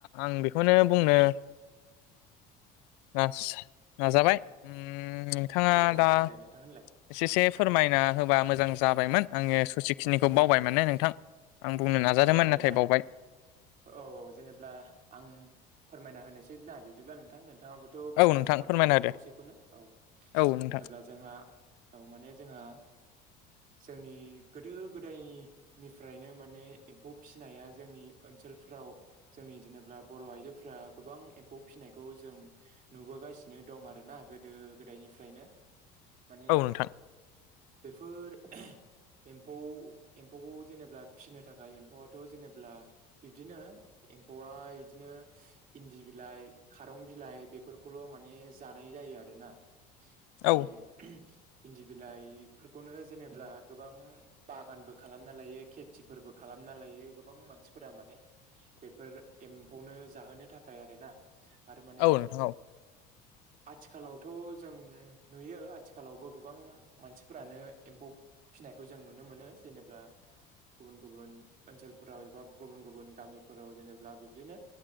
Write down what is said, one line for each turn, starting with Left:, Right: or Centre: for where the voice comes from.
Left: आं बेखौनो बुंनो। नास-नाजाबाय। उम नोंथाङा
Right: औ
Left: दा
Right: औ दे नोंथां होनलाय
Left: एसेसेफ फोरमायना होबा मोजां जाबायमोन आङो ससेखिनिखौ बावबाय माने नोंथां। आं बुंनो नाजादोंमोन
Right: औ
Left: नाथाय
Right: नोंथां
Left: बावबाय
Right: औ जेनेब्ला आं फोरमायना होनोसै ना बिदिब्ला नोंथां। नोंथाङाबोथ' बुंजोबखाबायानो
Left: औ नोंथां फोरमायना होदो
Right: खावसेखौनो औ
Left: औ नोंथां
Right: जेनेबा जोंहा। औ माने जोंहा। जोंनि गोदो गोदायनिफ्रायनो माने एम्फौ फिसिनाया जोंनि ओनसोलफ्राव जोंनि जेनेबा बर' आइजोफ्रा गोबां एम्फौ फिसिनाय। नायखौ जों नुबोगासिनो दं आरोना गोदो गोदायनिफ्रायनो। माने।
Left: औ नोंथां
Right: बेफोर एम्फौ एम्फौखौ जेनेबा फिसिनो थाखाय। एम्फौआथ' जेनेबा बिब्दिनो एम्फौआ बिदिनो इन्दि बिलाइ खारं बिलाइ बेफोरखौल' माने जानाय जायो आरोना। जेरै
Left: औ
Right: इन्दि बिलाइफोरखौनो जेनेब्ला गोबां बागानबो खालामना लायो खेथिफोरबो खालामना लायो गोबां मानसिफोरा माने बेफोर एम्फौनो जाहोनो थाखाय। थाखाय आरो ना आरो माने
Left: औ नोंथां औ
Right: आथिखालावथ' जों नुयो आथिखालावबो गोबां मानसिफोरानो एम्फौ फिसिनायखौ जों नुनो मोनो जेनेबा गुबुन गुबुन ओनसोलफोराव एबा गुबुन गुबुन गामिफोराव जेनेबा बिदिनो